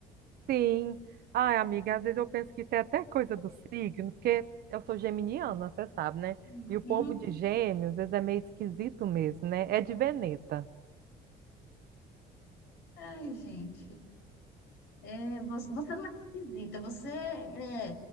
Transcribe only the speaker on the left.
Uhum.
Ai, gente. É, você você não é esquisita, você é,